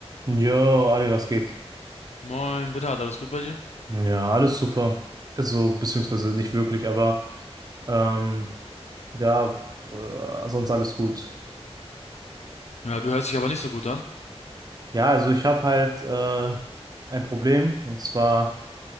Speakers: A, on the right (about 35°); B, on the left (about 85°).
A: Jo, Ali, was geht?
B: Moin, bitte, hat alles gut bei dir?
A: Ja, alles super. Also, beziehungsweise nicht wirklich, aber ähm, ja, äh, sonst alles gut.
B: Ja, du hörst dich aber nicht so gut an.
A: Ja, also ich habe halt äh, ein Problem und zwar.